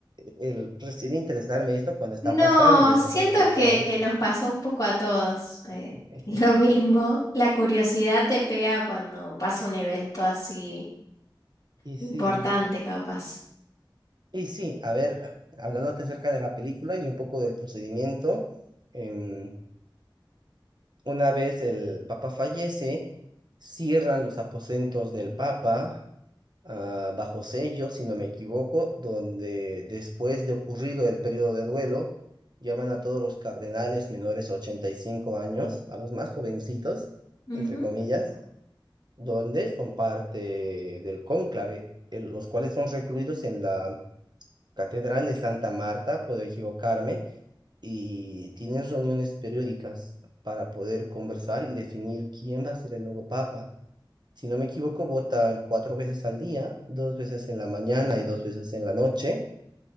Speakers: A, on the right; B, on the left.
A: el recién interesarme esto cuando está
B: No,
A: pasando estas
B: siento
A: actividades.
B: que, que nos pasó un poco a todos eh,
A: <laughs>
B: <laughs> lo mismo. La curiosidad te pega cuando pasa un evento así
A: Y sí.
B: importante, capaz.
A: Y sí, a ver, hablándote acerca de la película y un poco del procedimiento, em, una vez el Papa fallece, cierran los aposentos del Papa ah, bajo sello, si no me equivoco, donde después de ocurrido el periodo de duelo, llaman a todos los cardenales menores a 85 años, a los más jovencitos,
B: Ujú,
A: entre comillas, donde son parte del cónclave, el- los cuales son recluidos en la Catedral de Santa Marta, puedo equivocarme y tienen reuniones periódicas para poder conversar y definir quién va a ser el nuevo papa. Si no me equivoco, votan cuatro veces al día, dos veces en la mañana y dos veces en la noche.